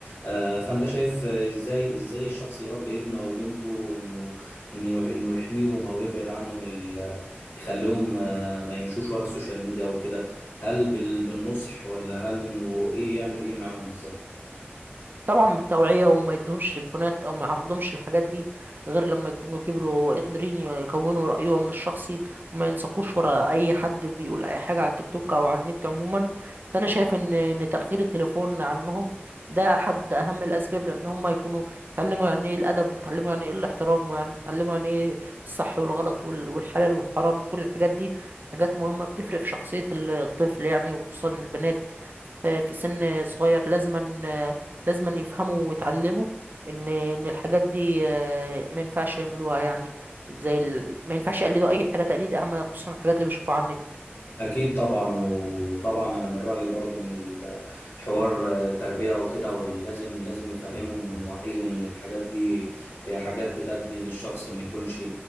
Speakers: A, on the left; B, on the right.
A: آه، فأنت شايف آه، إزاي إزاي الشخص يربي ابنه أو بنته إنه انه انه يحميهم او يبعد عنهم ال- يخليهم آه، ما يمشوش ورا السوشيال ميديا وكده هل بال- بالنصح ولا هل انه ايه يعمل ايه معاهم بالظبط
B: طبعا بالتوعية وما يدهمش تليفونات أو ما يعرضهمش للحاجات دي غير لما يكونوا كبروا وقادرين يكونوا رأيهم الشخصي وما ينساقوش ورا أي حد بيقول أي حاجة على التيك توك أو على النت عموما فأنا شايف إن إن تأخير التليفون عنهم ده أحد أهم الأسباب لأن هم يكونوا اتعلموا يعني إيه الأدب واتعلموا يعني إيه الاحترام ويعني اتعلموا يعني إيه الصح والغلط وال- والحلال والحرام وكل الحاجات دي حاجات مهمة بتفرق في شخصية الطفل يعني وخصوصا البنات في في سن صغير لازما لازم أن يفهموا ويتعلموا ان ان الحاجات دي آه، ما ينفعش يعملوها يعني زي ال... ما ينفعش يقلدوا اي حاجه تقليد اعمى خصوصا الحاجات اللي بيشوفوها على النت
A: أكيد طبعا وطبعا أنا من رأيي برضو إن الحوار تربية وكده ولازم لازم نفهمهم ونوعيهم إن الحاجات دي هي حاجات بتأدي إن الشخص ما يكونش